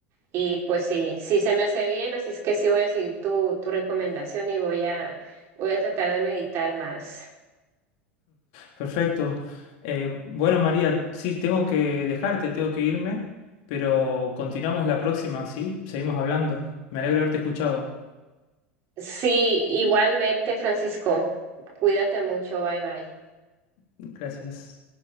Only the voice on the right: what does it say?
y pues sí, sí se me hace bien, así es que sí voy a seguir tu, tu recomendación y voy a, voy a tratar de meditar más.
Sí, igualmente Francisco, cuídate mucho, bye bye.